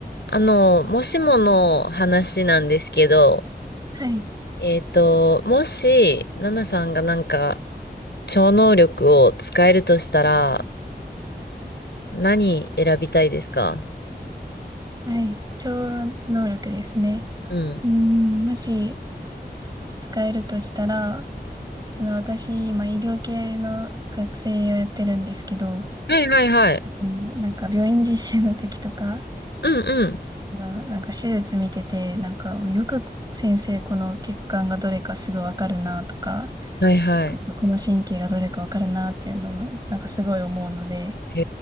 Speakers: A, on the left (about 90°); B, on the right (about 25°).
A: あの、もしもの話なんですけど、
B: はい。
A: えっと、もし、ナナさんがなんか、超能力を使えるとしたら、何選びたいですか
B: はい。超能力ですね。
A: うん。
B: うん、もし使えるとしたら、その私、今医療系の学生をやってるんですけど、
A: はいはいはい。
B: もうなんか病院実習の時とか、
A: うんうん。
B: あのなんか手術見てて、なんかよく先生、この血管がどれかすぐわかるなとか、
A: はいはい。
B: この神経がどれかわかるなっていうのを、なんかすごい思うので、
A: へ